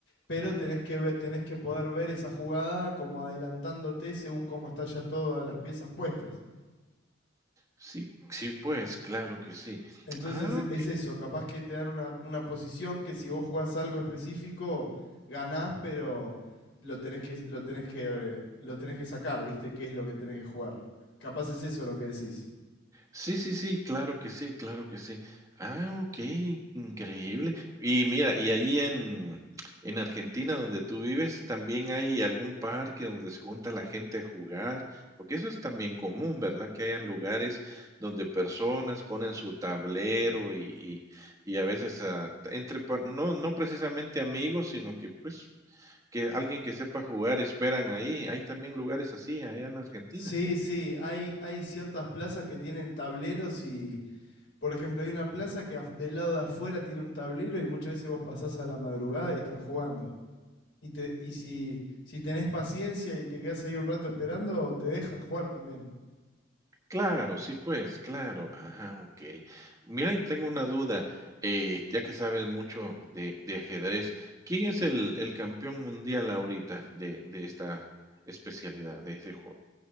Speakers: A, on the left; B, on the right.
A: pero
B: ah,
A: tenés que, ve- tenés que poder ver esa jugada como adelantándote según cómo está ya todas las piezas puestas.
B: sí, sí, pues, claro que sí.
A: Entonces
B: Ah,
A: es eso, capaz que te dan una, una posición que si vos jugás algo específico, ganás, pero lo tenés que, lo tenés que, eh, lo tenés que sacar, ¿viste? ¿Qué es lo que tenés que jugar? Capaz es eso lo que decís.
B: Sí, sí, sí, claro que sí, claro que sí. Ah, okey, increíble. Y mira, y ahí en en Argentina, donde tú vives, ¿también hay algún parque donde se junta la gente a jugar? Porque eso es también común, ¿verdad? Que hayan lugares donde personas ponen su tablero y y y a veces, ah, entre pa no no precisamente amigos, sino que, pues, que alguien que sepa jugar esperan ahí. ¿Hay también lugares así allá en Argentina?
A: Sí, sí, hay, hay ciertas plazas que tienen tableros y, por ejemplo, hay una plaza que af- del lado de afuera tiene un tablero y muchas veces vos pasás a la madrugada y están jugando. Y, te, y si, si tenés paciencia y te quedás ahí un rato esperando, te dejan jugar también.
B: Claro, sí, pues, claro. Ajá, okey. Mira, y tengo una duda, eh, ya que sabes mucho de de ajedrez, ¿quién es el el campeón mundial ahorita de de esta especialidad, de este juego?